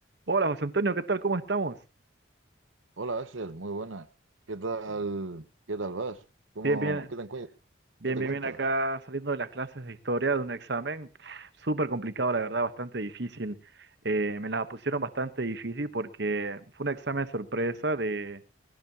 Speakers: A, on the right (about 55°); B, on the right (about 75°).
A: Hola José Antonio, ¿qué tal? ¿Cómo estamos?
B: Hola Axel, muy buenas. ¿Qué tal, qué tal vas? ¿Cómo,
A: Bien, bien,
B: qué te, encue-
A: bien,
B: qué te
A: bien,
B: cuentas?
A: bien acá saliendo de las clases de historia de un examen pf, súper complicado, la verdad, bastante difícil. Eh, me la pusieron bastante difícil porque fue un examen sorpresa de,